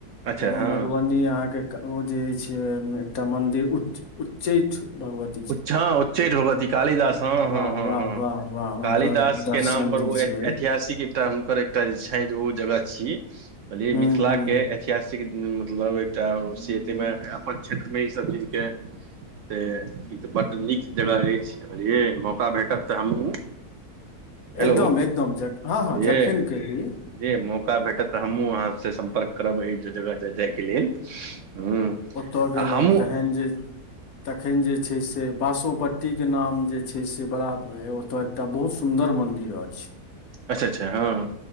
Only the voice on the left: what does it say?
गेलौं
मधुबनी अहाँके ओ जे छै एकटा मंदिर उच उच्चैठ भगवत
वाह
वाह
वाह वाह हुनकर
दर्शन
जे छै
हूँ
हूँ
एकदम एकदम हँ हँ
जखन कही
ओतय गेलहुँ
तेहन जे तखन जे छै से बासोपट्टीके नाम जे छै से बड़ा ओतऽ एकटा बहुत सुन्दर मंदिर अछि।